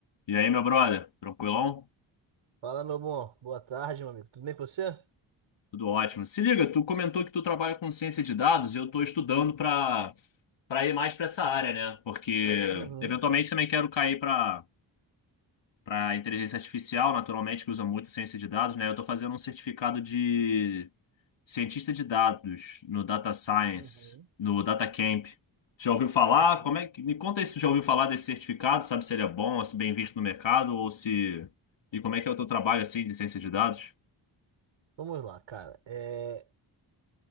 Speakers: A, on the left; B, on the right.
A: E aí, meu brother? Tranquilão?
B: Fala, meu bom. Boa tarde, meu amigo. Tudo bem com você?
A: Tudo ótimo. Se liga, tu comentou que tu trabalha com ciência de dados e eu estou estudando para para ir mais para essa área, né? Porque
B: Uhum,
A: eventualmente também quero cair para para inteligência artificial, naturalmente, que usa muito ciência de dados, né? Eu estou fazendo um certificado de cientista de dados no Data Science,
B: uhum,
A: no Data Camp. Já ouviu falar?
B: uhum.
A: Como é que me conta aí se tu já ouviu falar desse certificado? Sabe se ele é bom, se bem visto no mercado ou se e como é que é o teu trabalho assim de ciência de dados?
B: Vamos lá, cara. É...